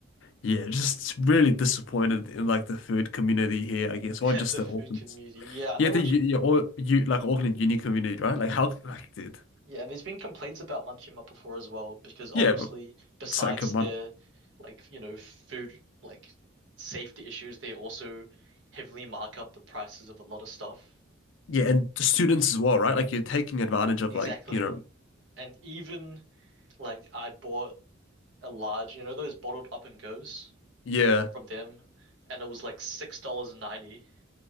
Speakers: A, on the left; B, on the right.
A: Yeah, just really disappointed in like the food community here, I guess,
B: <laughs>
A: or just
B: The
A: the
B: food
A: orphans.
B: community. Yeah, I
A: Yeah,
B: know
A: the
B: what
A: you,
B: you
A: you,
B: mean.
A: all, you like Auckland uni community, right? Like how like dude.
B: Yeah, and there's been complaints about Munchie Mutt before as well, because obviously,
A: Yeah, but
B: besides
A: it's like a month.
B: their like, you know, food like safety issues, they also heavily mark up the prices of a lot of stuff.
A: Yeah, and the students as well, right? Like you're taking advantage of
B: Exactly.
A: like, you know,
B: And even like I bought a large, you know, those bottled up and goes
A: yeah.
B: from them, and it was like six dollars and ninety,